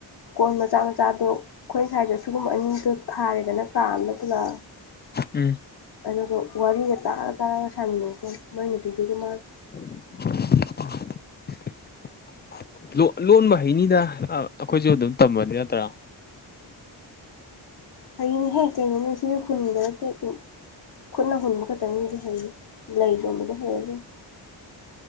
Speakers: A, on the left; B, on the left.
A: ꯀꯣꯟ ꯃꯆꯥ ꯃꯆꯥꯗꯣ ꯑꯩꯈꯣꯏꯁꯥꯏꯗꯣ ꯁꯤꯨꯒꯨꯝꯕ ꯑꯅꯤꯗꯣ ꯊꯥꯔꯦꯗꯅ ꯀꯥ ꯑꯃꯗ ꯄꯨꯂꯞ
B: ꯎꯝ
A: ꯑꯗꯨꯒ ꯋꯥꯔꯤꯒ ꯇꯥꯔ ꯇꯥꯔꯒ ꯁꯥꯥꯟꯃꯤꯟꯅꯩ ꯃꯣꯏ ꯅꯨꯄꯤꯗꯨꯒꯨ ꯃꯥꯒ
B: <unintelligible> ꯂꯣ ꯂꯣꯟꯕ ꯍꯩꯅꯤꯗ ꯑꯩꯈꯣꯏꯖꯨ ꯑꯗꯨꯝ ꯇꯝꯕꯗꯤ ꯅꯠꯇ꯭ꯔꯥ
A: ꯍꯩꯅꯤꯍꯦ ꯀꯩꯅꯣꯅꯦ ꯁꯤꯗꯤ ꯍꯨꯟꯕ ꯅꯠꯇꯦ ꯑꯗꯨꯝ ꯈꯨꯠꯅ ꯍꯨꯟꯕ ꯈꯛꯇꯪꯅꯤꯗꯤ ꯍꯩꯅꯤ ꯂꯩꯒꯨꯝꯕꯗꯤ ꯍꯩꯔꯔꯣꯢ